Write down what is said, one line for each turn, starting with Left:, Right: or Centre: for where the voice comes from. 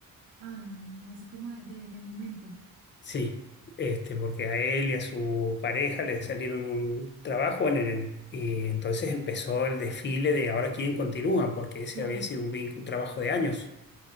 Right: Ay, no, no, así como de, de momento.
Left: Sí, este, porque a él y a su pareja le salieron un trabajo en el, y entonces empezó el desfile de ahora quién continúa, porque ese
Right: Claro,
Left: había sido un, vínculo, un trabajo de años.